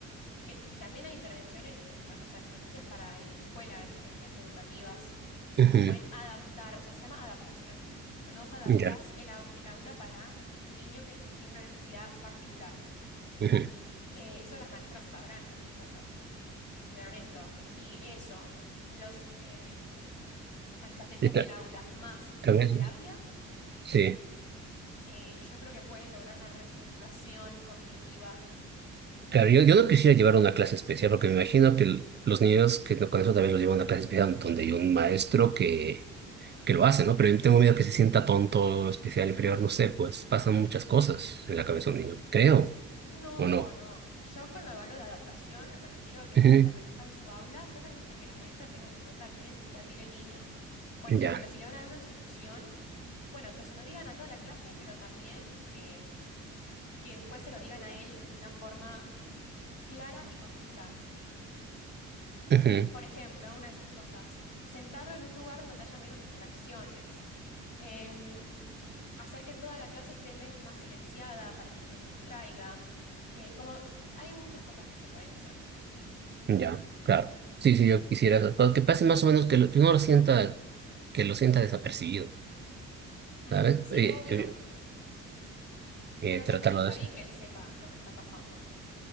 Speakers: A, on the left; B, on the right.
A: que, t- y también hay intervenciones, educa o sea, estrategias para el- la escuela, estrategias educativas
B: Ujú.
A: que se pueden adaptar, o sea, se llama adaptación, cuando vos adaptás
B: Ya.
A: el, au- el aula para un niño que ne- tiene una necesidad particular.
B: Ujú.
A: Eh, eso las maestras sabrán porque ellas ah, estudiaron esto. Y eso, los, em, las estrategias
B: Y tal
A: del aula más
B: tal
A: la
B: vez,
A: terapia,
B: sí.
A: eh, yo creo que pueden lograr una reestructuración cognitiva.
B: Claro, yo, yo no quisiera llevar una clase especial porque me imagino que l- los niños que no- con eso también los llevan a una clase especial donde hay un maestro que, que lo hace, ¿no? Pero yo tengo
A: Mm.
B: miedo que se sienta tonto, especial,
A: Mm.
B: inferior, no sé, pues pasan muchas cosas en la cabeza de un niño, creo,
A: No,
B: ¿o no?
A: no. Yo cuando hablo de adaptación me refiero a que él
B: Ujú,
A: permanezca en su aula, solamente que las maestras tengan en cuenta qué necesidad tiene el niño. Por
B: Ya,
A: ejemplo, si le van a dar una instrucción, bueno, que se lo digan a toda la clase, pero también que, em, que después se lo digan a él de una forma clara y concisa.
B: ujú,
A: Por ejemplo, una de esas cosas, sentarlo en un lugar en donde haya menos distracciones. Em, hacer que toda la clase esté me- más silenciada para que no se distraiga. Eh, como hay muchas cosas que se pueden hacer.
B: ya, claro. Sí, sí, yo quisiera esas cosas, que pase más o menos que, lo- que uno lo sienta, que lo sienta desapercibido,
A: Mm,
B: ¿sabes?
A: sí,
B: Eh,
A: obvio,
B: eh, eh,
A: pero también
B: tratarlo
A: está
B: de eso.
A: bien que él sepa lo que está pasando.